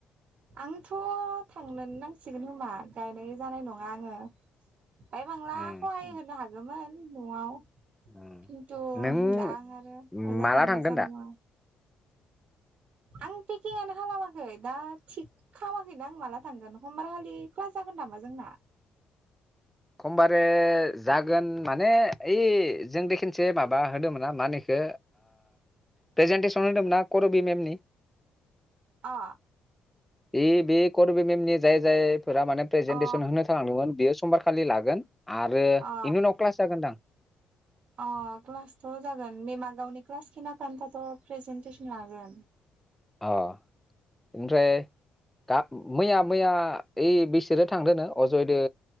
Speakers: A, on the right; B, in the centre.
A: आंथ थांनोनो नांसिगोन होमा गायनाय जानाय नङा आंङो बाहाय बांला
B: उम
A: खहाय होनो हागौमोन नआव
B: उम
A: खिन्थु
B: नों
A: दा आं आरो ओजा
B: माला
A: थांबा
B: थांगोन
A: जानाय
B: दा
A: नङा आं पेकिंआनो खालामाखै दा थिग खामाखैनो आं माला थांगोन। खमबार खालि क्लास जागोन नामा जोंना?
B: खमबारे जागोन माने ओइ जोंदि खेनसे माबा होदोंमोन ना मा नो इखो प्रेजेन्टेसन होदोंमोन ना करबि मेमनि।
A: अ
B: ए बे कट करबि मेलनि जाय जायफोरा माने प्रेजेन्टेसन
A: अ
B: होनो थालांदोंमोन बेयोस खालि लागोन। आरो बेनि
A: अ
B: उनाव क्लास जागोनदां।
A: अ क्लासथ जागोन मेमा गावनि क्लास खिना खो आन्थाथ' प्रेजेन्टेसन लागोन।
B: औ। ओमफ्राय गा मैया - मैया ओइ बिसोरो थांदो नो अजयदो